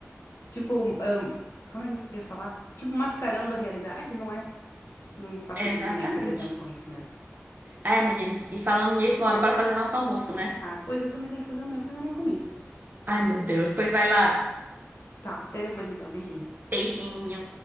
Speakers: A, on the left; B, on the right.
A: Tipo, ahn, como é que eu ia falar? Tipo, mascarando a realidade, não é? Não faz
B: Exatamente.
A: sentido nenhum perder tempo com isso mesmo.
B: É, menina. E falando nisso, uma hora para fazer nosso almoço, né?
A: Tá, pois eu também tenho que fazer o meu que eu ainda não comi.
B: Ai, meu Deus. Pois vai lá.
A: Tá, até depois então. Beijinho.
B: Beijinho.